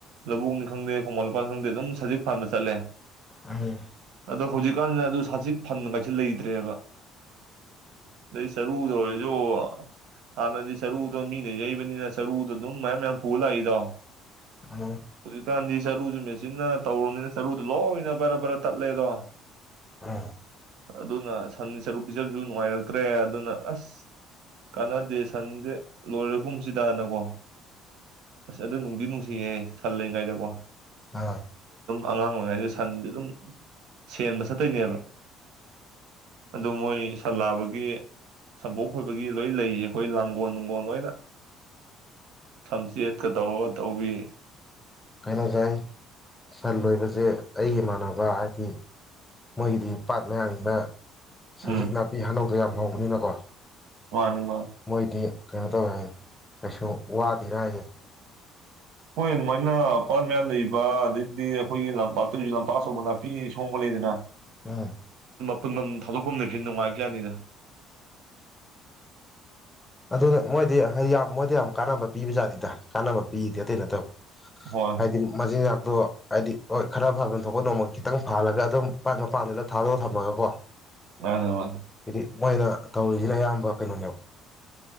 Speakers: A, on the right; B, on the left.
A: ꯂꯧꯕꯨꯛꯅꯤ ꯈꯪꯗꯦ ꯈꯣꯡꯕꯥꯟ ꯂꯨꯄꯥꯅꯤ ꯈꯪꯗꯦ ꯑꯗꯨꯝ ꯁꯖꯤꯛ ꯐꯥꯟꯕ ꯆꯠꯂꯦ
B: ꯎꯝ
A: ꯑꯗꯣ ꯍꯧꯖꯤꯛꯀꯥꯟꯗ ꯑꯗꯨ ꯁꯥꯖꯤꯛ ꯐꯪꯕ ꯍꯥꯏꯁꯤ ꯂꯩꯇ꯭ꯔꯦꯕ ꯑꯗꯩ ꯁꯔꯨꯗ ꯑꯣꯔꯁꯨ ꯍꯥꯟꯅꯗꯤ ꯁꯔꯨꯗꯣ ꯃꯤꯅ ꯌꯩꯕꯅꯤꯅ ꯁꯔꯨꯗꯣ ꯑꯗꯨꯝ ꯃꯌꯥꯝ ꯃꯌꯥꯝ ꯄꯨꯔꯒ ꯂꯛꯏꯗꯣ
B: <unintelligible>
A: <unintelligible> ꯆꯤꯟꯅ ꯇꯧꯔꯕꯅꯤꯅ ꯁꯔꯨꯗꯣ ꯂꯣꯏꯅ ꯕꯔ ꯕꯔ ꯇꯠꯂꯦꯗꯣ
B: ꯎꯝ
A: ꯑꯗꯨꯅ ꯁꯟꯗ ꯁꯔꯨ ꯄꯤꯖꯕꯁꯨ ꯅꯨꯡꯉꯥꯏꯔꯛꯇ꯭ꯔꯦ ꯑꯗꯨꯅ ꯑꯁ ꯀꯥꯟꯅꯗꯦ ꯁꯟꯁꯦ ꯂꯣꯏꯔꯒꯨꯝꯁꯤꯗ ꯅꯀꯣ ꯑꯁ ꯑꯗꯨ ꯅꯨꯡꯗꯤ ꯅꯨꯡꯁꯤꯌꯦ ꯁꯟ ꯂꯩꯔꯤꯉꯩꯗꯀꯣ
B: ꯑꯥ
A: ꯑꯉꯥꯡ ꯑꯣꯏꯔꯤꯉꯩꯗ ꯁꯟꯗꯤ ꯑꯗꯨꯝ ꯁꯦꯟꯕ ꯆꯠꯇꯣꯏꯅꯦꯕ ꯑꯗꯨ ꯃꯣꯏ ꯁꯟꯂꯥꯕꯒꯤ ꯁꯝꯕꯣꯛ ꯈꯣꯏꯕꯒꯤ ꯂꯣꯏ ꯂꯩꯌꯦ ꯑꯩꯈꯣꯏ ꯂꯥꯡꯒꯣꯜ ꯅꯨꯡꯒꯣꯜ ꯂꯣꯏꯅ ꯊꯝꯆꯦꯠ ꯀꯥ ꯇꯧꯔꯒ ꯇꯧꯕꯤ
B: ꯀꯥꯏꯅꯁꯦ ꯁꯟ ꯂꯣꯏꯕꯁꯦ ꯑꯩꯒꯤ ꯏꯃꯥꯟꯅꯕ ꯍꯥꯏꯗꯤ ꯃꯣꯏꯒꯤꯗꯤ ꯄꯥꯠ ꯃꯌꯥꯅꯤꯅ ꯁꯖꯤꯛ
A: ꯎꯝ
B: ꯅꯥꯄꯤ ꯍꯅꯧ ꯃꯣꯏ ꯌꯥꯝ ꯍꯧꯕꯅꯤꯅꯀꯣ
A: <unintelligible>
B: ꯃꯣꯏꯗꯤ ꯀꯩꯅꯣ ꯇꯣꯏ ꯍꯥꯏ ꯀꯩꯁꯨ ꯋꯥꯗꯦ ꯍꯥꯔꯤ
A: <unintelligible> ꯑꯗꯩꯗꯤ ꯑꯩꯈꯣꯏꯒꯤ ꯂꯝꯄꯥꯛꯇꯁꯨ ꯂꯝꯄꯥꯛꯆꯧꯕ ꯅꯥꯄꯤ ꯁꯣꯡꯕ ꯂꯩꯗꯅ
B: ꯎꯝ
A: ꯑ ꯄꯨꯨꯟꯐꯝ ꯊꯥꯗꯣꯛꯐꯝ ꯂꯩꯕꯁꯤ ꯅꯨꯡꯉꯥꯏꯕꯖꯥꯠꯅꯤꯗ
B: ꯑꯗꯨꯅ ꯃꯣꯏꯗꯤ ꯌꯥꯝ ꯃꯣꯏꯗꯤ ꯌꯥꯝ ꯀꯥꯟꯅꯕ ꯄꯤꯕꯖꯥꯠꯅꯤꯗ ꯀꯥꯟꯅꯕ ꯄꯤꯗ ꯑꯇꯩꯩ ꯅꯣꯠꯇꯕ
A: ꯍꯣꯏ
B: ꯍꯥꯏꯗꯤ ꯃꯆꯤꯟꯖꯥꯡ ꯑꯗꯣ ꯍꯥꯏꯗꯤ ꯍꯣꯏ ꯈꯔ ꯐꯥꯟꯐꯝ ꯊꯣꯛꯄ ꯅꯣꯡꯃꯒꯤ ꯈꯤꯇꯪ ꯐꯥꯜꯂꯒ ꯑꯗꯨꯝ ꯄꯥꯠ ꯃꯄꯥꯟꯗꯨꯗ ꯊꯥꯗꯣꯛꯑꯒ ꯊꯝꯃꯒꯀꯣ
A: ꯃꯥꯅꯦ ꯃꯥꯅꯦ
B: ꯍꯥꯏꯗꯤ ꯃꯣꯏꯅ ꯇꯧꯔꯤꯁꯤꯅ ꯑꯌꯥꯝꯕ ꯀꯩꯅꯣꯅꯦꯕ